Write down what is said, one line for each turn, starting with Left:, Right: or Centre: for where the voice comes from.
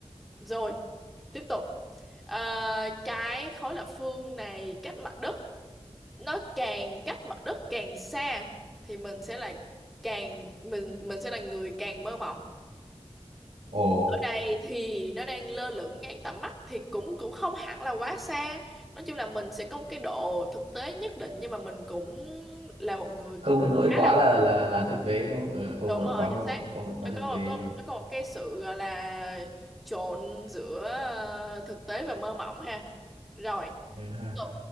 Centre: rồi tiếp tục Ờ, cái khối lập phương này cách mặt đất nó càng cách mặt đất càng xa thì mình sẽ là càng mình mình sẽ là người càng mơ mộng
Right: ồ
Centre: ở đây thì nó đang lơ lửng ngang tầm mắt thì cũng cũng không hẳn là quá xa nói chung là mình sẽ có một cái độ thực tế nhất định nhưng mà mình cũng là một người
Right: không
Centre: cũng
Right: đến nỗi
Centre: khá
Right: quá
Centre: là
Right: là là là thực tế đúng không ừ, không
Centre: đúng
Right: đến nỗi
Centre: rồi
Right: quá mơ
Centre: chính
Right: mộng
Centre: xác
Right: không đến nỗi quá
Centre: nó
Right: thực
Centre: có
Right: tế
Centre: một có
Right: rồi
Centre: nó có một cái sự gọi là trộn giữa ờ, thực tế và mơ mộng ha rồi
Right: ừ ha
Centre: tiếp tục